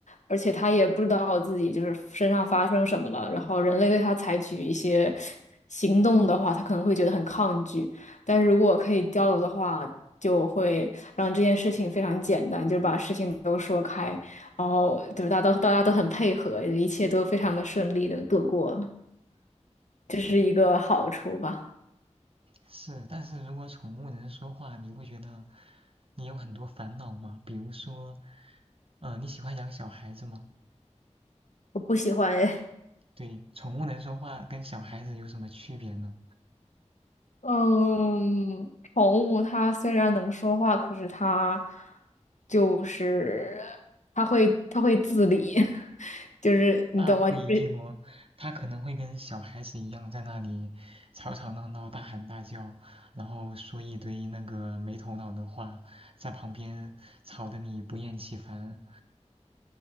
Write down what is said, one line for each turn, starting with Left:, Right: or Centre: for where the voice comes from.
Left: 而且它也不知道自己就是身上发生什么了，然后人类对它采取一些行动的话，它可能会觉得很抗拒。但是如果可以交流的话，就会让这件事情非常简单，就是把事情都说开，然后就是大家都大家都很配合，一切都非常的顺利的度过了，这是一个好处吧。
Right: 是，但是如果宠物能说话，你会觉得你有很多烦恼吗？比如说，嗯，你喜欢养小孩子吗？
Left: 我不喜欢哎。
Right: 对，宠物能说话跟小孩子有什么区别呢？
Left: <laughs> 嗯，宠物它虽然能说话，可是它就是它会它会自理，<laughs> 就是你懂吗？
Right: 那不一定哦，
Left: 就是
Right: 他可能会跟小孩子一样在那里吵吵闹闹、大喊大叫，然后说一堆那个没头脑的话，在旁边吵得你不厌其烦。